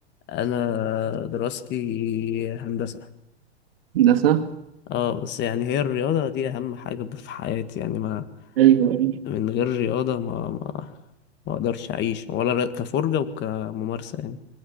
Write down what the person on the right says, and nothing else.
هندسة
ايوه ايوه